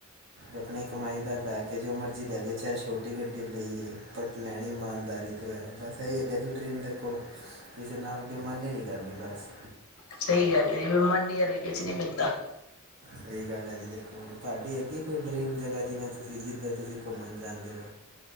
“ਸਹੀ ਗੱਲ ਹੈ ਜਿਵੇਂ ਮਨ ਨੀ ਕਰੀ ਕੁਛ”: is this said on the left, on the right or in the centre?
Left